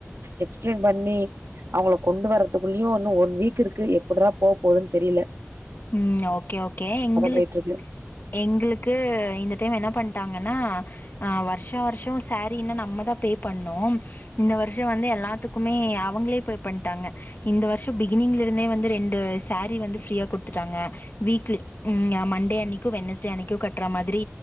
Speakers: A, on the right; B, on the left.
A: எக்ஸ்பிளைன் பண்ணி அவ்ங்கள கொண்டு வரறதுக்குள்ளயு இன்னு ஒன் வீக் இருக்கு எப்பிட்றா போக போகுதுன் தெரியல
B: ம் ஓகே ஓகே எங்களுக்கு
A: போயிட்ருக்கு
B: எங்களுக்கு இந்த டைம் என்ன பண்ட்டாங்கனா அஹ் வர்ஷா வர்ஷ சேரீனா நம்மதா பே பண்ணும் இந்த வர்ஷ வந்து எல்லாத்துக்குமே அவங்களே பே பண்ட்டாங்க இந்த வர்ஷ பிகினிங்ல இருந்தே வந்து ரெண்டு சாரி வந்து ஃப்ரீயா குடுத்துட்டாங்க வீக்லி ம் மண்டே அன்னைக் கு வென்னஸ்டே அன்னைக்கு கட்றமாதிரி